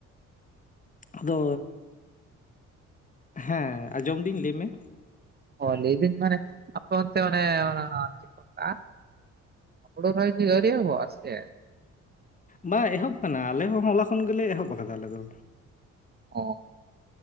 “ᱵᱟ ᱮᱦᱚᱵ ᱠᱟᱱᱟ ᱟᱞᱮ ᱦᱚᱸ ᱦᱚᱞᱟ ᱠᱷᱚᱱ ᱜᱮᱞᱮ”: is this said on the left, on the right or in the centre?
Left